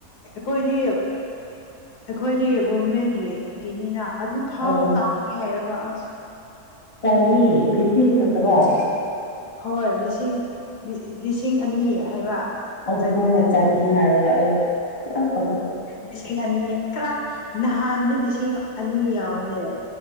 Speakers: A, on the left; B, on the left.
A: ꯑꯩꯈꯣꯏꯗꯤ ꯑꯩꯈꯣꯏꯗꯤ ꯒꯣꯔꯃꯦꯟꯒꯤ ꯒꯤꯅꯤꯅ ꯑꯗꯨ ꯐꯥꯎ
B: ꯑꯣ
A: ꯇꯥꯡꯉꯦ ꯍꯥꯏꯔꯒ ꯑꯁ
B: ꯆꯅꯤ ꯂꯤꯁꯤꯡ ꯀꯥꯗꯥꯏ
A: ꯍꯣꯏ ꯂꯤꯁꯤꯡ ꯂꯤꯁꯤꯡ ꯑꯅꯤ ꯍꯥꯏꯕ
B: ꯑꯣ
A: ꯆꯅꯤ
B: ꯅꯪꯅ
A: ꯅꯠꯇꯦ
B: ꯆꯅꯤ ꯍꯥꯏꯔꯒ ꯑꯩ ꯌꯥꯝ ꯄꯛꯄ
A: ꯂꯤꯁꯤꯡ ꯑꯅꯤ ꯈꯔ ꯅꯍꯥꯟꯗꯤ ꯂꯤꯁꯤꯡ ꯑꯅꯤ ꯌꯥꯎꯔꯦ